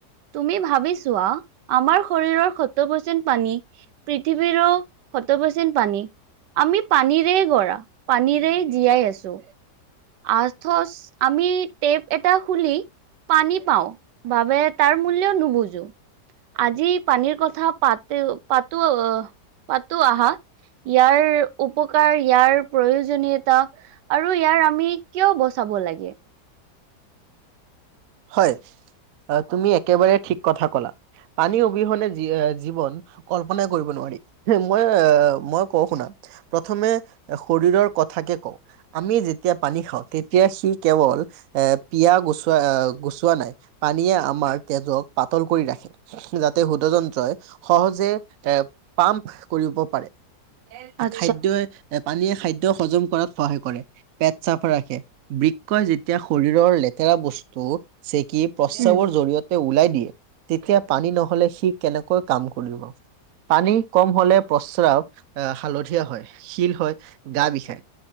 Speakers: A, on the right; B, on the right.
A: তুমি ভাবিচোৱা আমাৰ শৰীৰৰ সত্তৰ পাৰচেণ্ট পানী, পৃথিৱীৰো সত্তৰ পাৰচেন্টেজ পানী আমি পানীৰেই গঢ়া, পানীৰেই জীয়াই আছো। আথচ আমি টেপ এটা খুলি পানী পাওঁ বাবে তাৰ মূল্যও নুবুজো, আজি পানীৰ কথা পাতো পাতো অহ পাতো আহা ইয়াৰ উপকাৰ ইয়াৰ প্ৰয়োজনীয়তা আৰু ইয়াৰ আমি কিয় বচাব লাগে?
B: হয়', তুমি একেবাৰে ঠিক কথা কলা, পানী অবিহনে জীয়ে জীৱন কল্পনাই কৰিব নোৱাৰি, মই- মই কওঁ শুনা। প্ৰথমে শৰীৰৰ কথাকে কওঁ। আমি যেতিয়া পানী খাওঁ, তেতিয়া সি কেৱল এ' পিয়া গচোৱা এ' গুচোৱা নাই পানীয়ে আমাৰ তেজক পাতল কৰি ৰাখে, যাতে শুদযন্ত্ৰই সহজে এ' পাম্প কৰিব পাৰে।
A: <unintelligible>
B: খাদ্যই' পানীয়ে খাদ্য হজম কৰাত কৰে। পেট চাফ ৰাখে, বৃকই যেতিয়া শৰীৰৰ লেতেৰা বস্তু চেকি প্ৰসাৱৰ
A: উম।
B: জৰিয়তে ওলাই দিয়ে, তেতিয়া পানী নহলে সি কেনেক কৈ কাম কৰিব। পানী কম হলে প্ৰস্ৰাৱ হালধীয়া হয়, শিল হয়, গা বিষাই।